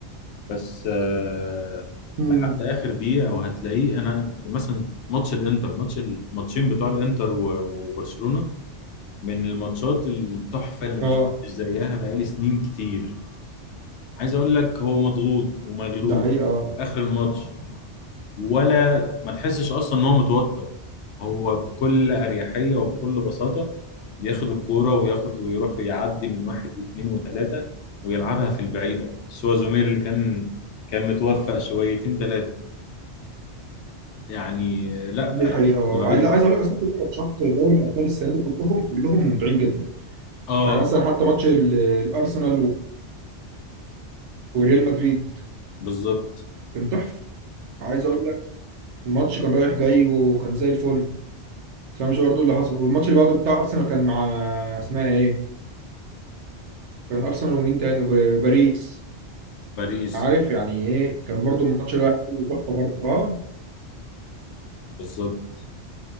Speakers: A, on the left; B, on the right.
A: بس آه
B: امم
A: لحد اخر دقيقه وهتلاقيه انا مثلا ماتش الانتر ماتش الماتشين بتوع الانتر و- وبرشلونه من الماتشات التحفة اللي ما
B: اه
A: شفتش زيها بقالي سنين كتير عايز اقول لك هو مضغوط ومغلوب
B: ده حقيقه آه.
A: اخر الماتش ولا ما تحسش اصلا ان هو متوتر هو بكل اريحية وبكل بساطة بياخد الكورة وياخد ويروح ويعدي من واحد واثنين وثلاثة ويلعبها في البعيدة بس هو زومير اللي كان كان متوفق شويتين ثلاثة يعني لا
B: دي حقيقه
A: لعيب
B: آه.
A: رهيب
B: عايز لا عايز اقول لك اصلا كل ماتشات دوري الابطال السنه دي كلهم كلهم ممتعين جدا
A: اه
B: يعني مثلا حتى ماتش ال- الارسنال وريال مدريد
A: بالظبط
B: كان تحفه عايز اقول لك الماتش كان رايح جاي وكان زي الفل تفهمش برضه اللي حصل والماتش اللي بعده بتاع ارسنال كان مع اسمها ايه كان ارسنال ومين تاني وباريس
A: باريس
B: عارف يعني ايه كان برضه الماتش ده كله تحفه برضه اه
A: بالظبط